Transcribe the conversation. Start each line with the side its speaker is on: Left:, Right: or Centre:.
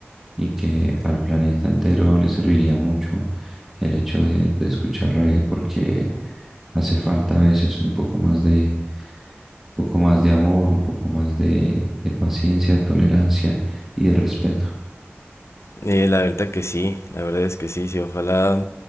Centre: y que al planeta entero le serviría mucho el hecho de, de escuchar reggae, porque hace falta a veces un poco más de, un poco más de amor, un poco más de, de paciencia, de tolerancia y de respeto.
Left: Eh, la verdad que sí, la verdad es que sí, sí. Ojalá